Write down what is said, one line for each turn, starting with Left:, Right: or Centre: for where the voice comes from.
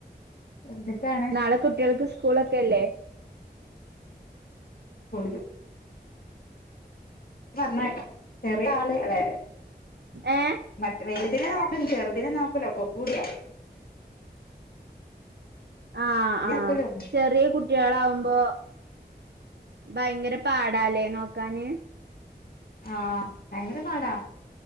Left: വന്നിട്ടാണ്
Right: നാളെ കുട്ടികൾക്ക് സ്കൂളൊക്കെല്ലേ
Left: കോളേജ് ജ് പറഞേട്ടോ ചെറിയ ആള് ലേ
Right: ഏ
Left: മറ്റ് വലുതിനെ നോക്കലും ചെറുതിനെ നോക്കലോക്കകൂടിയാ
Right: ആ ആഹ
Left: നോക്കലും
Right: ചെറിയ കുട് കുട്ടികളാവുമ്പോ ഭയങ്കര പാടല്ലേ നോക്കാന്
Left: ആ ഭയങ്കര പാടാ